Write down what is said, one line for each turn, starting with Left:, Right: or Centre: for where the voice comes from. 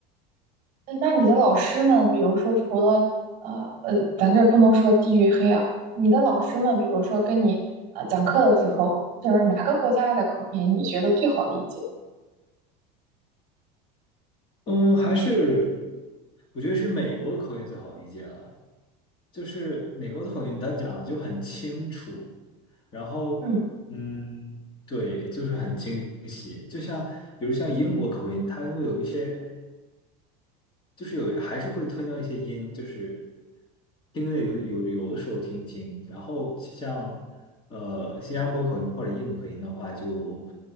Right: 呃那你的老师们，比如说除了呃呃，咱这不能说地域黑啊，你的老师们，比如说跟你呃讲课的时候，就是哪个国家的口音你觉得最好理解？
Left: 嗯，还是我觉得是美国的口音最好理解了，就是美国的口音，他讲的就很清楚，然后嗯，
Right: 嗯
Left: 对，就是很清晰。就像比如像英国口音，它会有一些，就是有还是会吞掉一些音，就是听的有有有的时候听不清。然后像呃新加坡口音或者印度口音的话就，